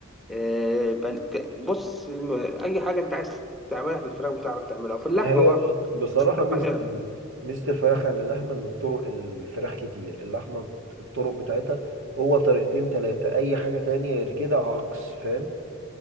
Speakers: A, in the centre; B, on the right (about 60°).
A: آه، بن- ك- بص م- أي حاجة أنت عايز تعملها في الفراخ بتعرف تعملها وفي اللحمة
B: هي
A: برضه
B: بص- بصراحة ميزة
A: هتغلب
B: ال- ميزة الفراخ عن اللحمة إن الطرق الفراخ كتير اللحمة الطرق بتاعتها هو طريقتين تلاتة أي حاجة تانية غير كده عكس فاهم